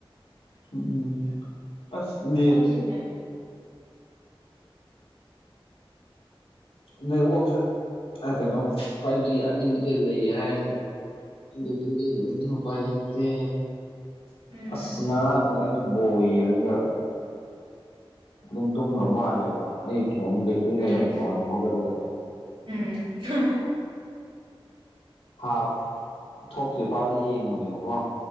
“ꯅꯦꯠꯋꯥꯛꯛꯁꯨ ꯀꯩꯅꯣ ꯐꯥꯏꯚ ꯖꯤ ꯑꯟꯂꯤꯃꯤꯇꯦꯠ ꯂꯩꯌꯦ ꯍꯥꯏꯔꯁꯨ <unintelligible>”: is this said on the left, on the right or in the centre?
Left